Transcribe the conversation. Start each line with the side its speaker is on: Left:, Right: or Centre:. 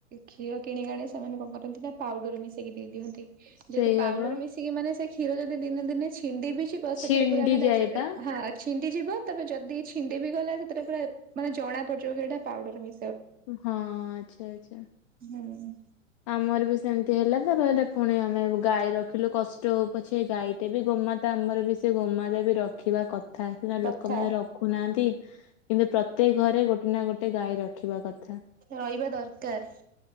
Right: କ୍ଷୀର କିଣିକାଣଣି ସେମାନେ କଣ କରନ୍ତି ନା ପାଉଡର ମିଶେଇକି ଦେଇଦିଅନ୍ତି।
Left: ସେଇଆ
Right: ଯେହେତୁ ପାଉଡର
Left: ବା
Right: ମିଶିକି ମାନେ ସେ କ୍ଷୀର ଯଦି ଦିନେ ଦିନେ ଛିଣ୍ଡି ବି ବ
Left: ଛିଣ୍ଡି
Right: ସେଥି ପୁରା ମାନେ
Left: ଯାଏ ବା
Right: ହଁ ଅଛି ଛିଣ୍ଡି ଯିବ ତେବେ ଯଦି ଛିଣ୍ଡି ବି ଗଲା ସେଥିରେ ପୁରା ମାନେ ଜଣା ପଡ ଯୋଗଡା ପାଉଡର ମି
Left: ହଁ ଆଚ୍ଛା ଆଚ୍ଛା।
Right: ହୁଁ
Left: ଆମର ବି ସେମିତି ହେଲା ତାପ ପୁଣି ଆମେ ଗାଈ ରଖିଲୁ କଷ୍ଟ ହଉ ପଛେ ଗାଈଟେ ବି ଗୋମାତା ଆମର ବି ସେ ଗୋମାତା ବି ରଖିବା କଥା ଥା ସନା
Right: କଥା
Left: ଲୋକମାନେ ରଖୁନାହାନ୍ତି। କିନ୍ତୁ ପ୍ରତ୍ୟେକ ଘରେ ଗୋଟେ ନା ଗୋଟେ ଗୋଟେ ଗାଈ ରଖିବା କ
Right: ରହିବା ଦରକାର।